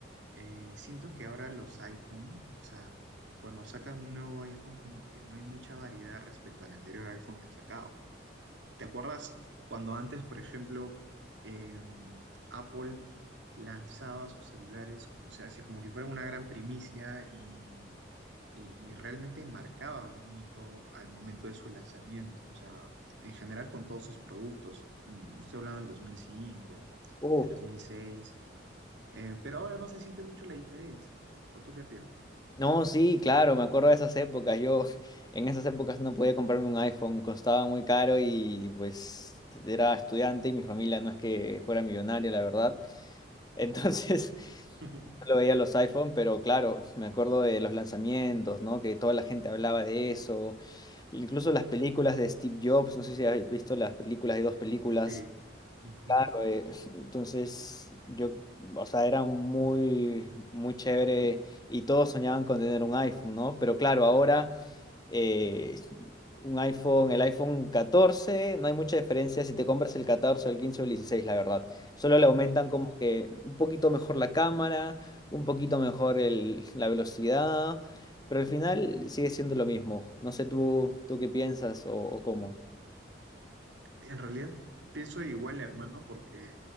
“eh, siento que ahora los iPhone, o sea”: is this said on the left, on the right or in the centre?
Right